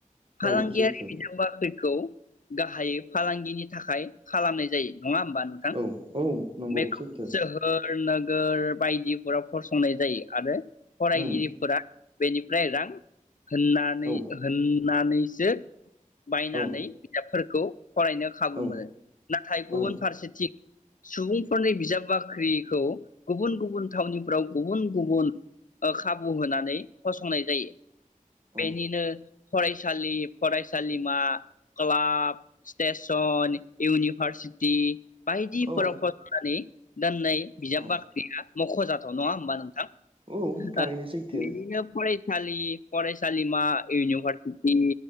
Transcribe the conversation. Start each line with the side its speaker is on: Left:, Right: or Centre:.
Left: फालांगियारि
Right: औ सैथो
Left: बिजाब बाख्रिखौ गाहायै फालांगिनि थाखाय खालामनाय जायो। नङा होमबा नोंथां
Right: औ औ नंगौ
Left: बेखौ
Right: सैथो
Left: जोहो। नोगोर बायदिफोराव फसंनाय जायो आरो। फरायगिरिफोरा
Right: उम
Left: बेनिफ्राय रां होननानै
Right: औ
Left: होननानैसो बायनानै।
Right: औ
Left: बिजाबफोरखौ फरायनो खाबु
Right: औ
Left: मोनो नाथाय गुबुन
Right: औ
Left: फारसेथिं सुबुंफोरनि बिजाब बाख्रिखौ गुबुन गुबुन थावनिफ्राव गुबुन गुबुन ओ खाबु होनानै फसंनाय जायो बेनिनो
Right: औ
Left: फरायसालि फरायसालिमा। Club station university. बायदिफोराव
Right: औ
Left: फसंनानै। दोननै बिजाब
Right: औ
Left: बाख्रिया मखजाथाव नङा होमबा नोंथां।
Right: औ थारैनो
Left: ओ‌
Right: सैथो
Left: बेनिनो फरायसालि। फरायसालिमा इउनिभारसिटि